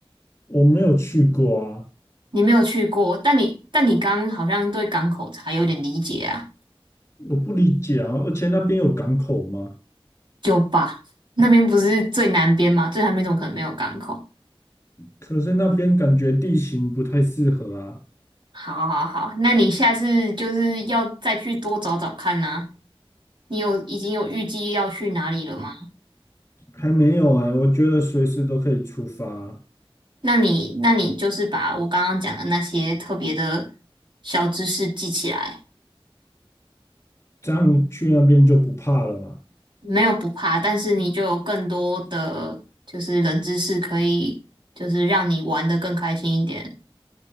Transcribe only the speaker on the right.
你没有去过，但你但你刚刚好像对港口才有点理解啊，
有吧？那边不是最南边吗？最南边怎么可能没有港口？
好好好，那你下次就是要再去多找找看呐、你有已经有预计要去哪里了吗？
那你那你就是把我刚刚讲的那些特别的小知识记起来，
没有不怕，但是你就有更多的就是冷知识可以，就是让你玩的更开心一点。